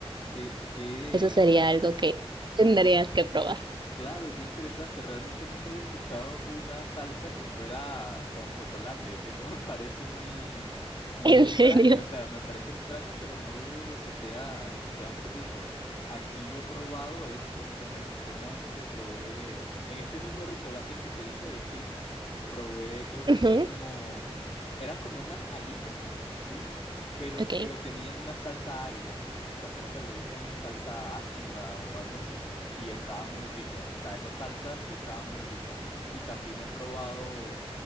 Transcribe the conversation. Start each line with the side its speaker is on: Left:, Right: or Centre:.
Left: ¿Qué, qué?
Right: Eso sería algo que tendrías que probar.
Left: Claro, qué interesante. Realmente nunca había escuchado una salsa que fuera con chocolate. Eso me <laughs> parece muy, muy
Right: <laughs> ¿En
Left: extraño.
Right: serio?
Left: O sea, me parece extraño, pero no dudo de que sea, de que sea muy rico. Aquí yo he probado, es, este, me gustó una vez que probé en este mismo restaurante que te dije de Chili's, probé, creo que
Right: Ujú,
Left: fue como, eran como unas alitas, ¿sí? Pero,
Right: Ok,
Left: pero tenían una salsa agria. O sea, creo que le dicen salsa ácida o algo así y estaba muy rica. O sea, esa salsa sí estaba muy rica. Y también he probado